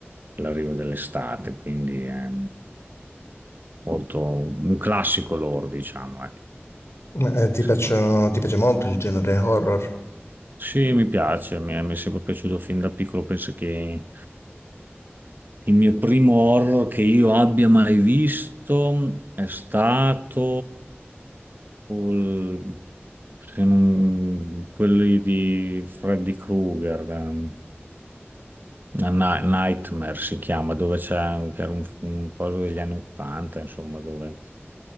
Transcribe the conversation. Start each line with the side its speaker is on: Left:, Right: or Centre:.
Right: l'arrivo dell'estate, quindi è molto un classico loro, diciamo, ecco,
Left: Ma, eh, ti
Right: secondo
Left: piacciono,
Right: me.
Left: ti piace molto il genere horror?
Right: Sì, mi piace, mi è, mi è sempre piaciuto fin da piccolo, penso che Il mio primo horror che io abbia mai visto è stato il- se non- quelli di Freddy Krueger, ehm, A Ni- Nightmare si chiama, dove c'è che era un, un coso degli anni Ottanta, insomma, dove